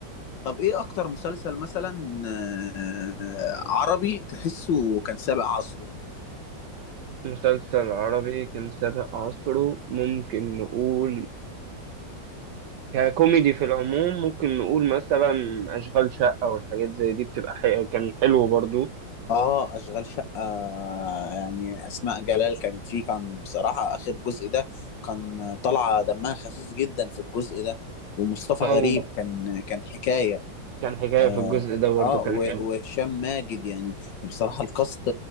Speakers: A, on the left; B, on the right.
A: طب ايه اكتر مسلسل مثلا آه، عربي تحسه كان سابق عصره
B: مسلسل عربي كان سابق عصره ممكن نقول ككوميدي في العموم ممكن نقول مثلا أشغال شقة والحاجات زي دي بتبقى حي... كان حلو برضو
A: اه اشغال شقة آه، يعني اسماء جلال كانت فيه كان بصراحة اخر جزء ده كان طالعة دمها خفيف جدا في الجزء ده ومصطفى
B: أو
A: غريب كان كان حكاية
B: كان حكاية
A: اه
B: في الجزء ده برضو
A: آه،
B: كان
A: و-
B: حلو
A: وهشام ماجد يعني بصراحة الكاست